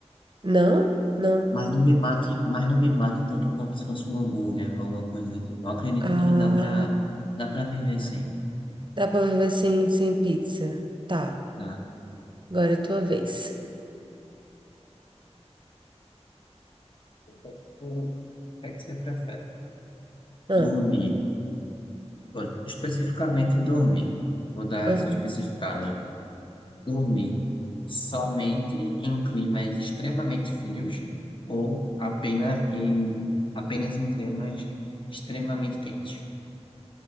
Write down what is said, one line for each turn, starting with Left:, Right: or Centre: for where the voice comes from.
Right: Não? Não.
Left: Mas não me bate, mas não me bate tanto quanto se fosse um hambúrguer ou alguma coisa do tipo. Eu acredito
Right: Ah,
Left: que dá pra, dá pra viver sem.
Right: dá pra viver sem, sem pizza. Tá,
Left: Dá.
Right: agora é tua vez.
Left: O que é que você o que é que você prefere?
Right: Ah,
Left: Dormir. Pô, Especificamente dormir. Vou dar
Right: ah.
Left: essa especificada. Dormir somente em climas extremamente frios ou apenas em, apenas em climas extremamente quentes?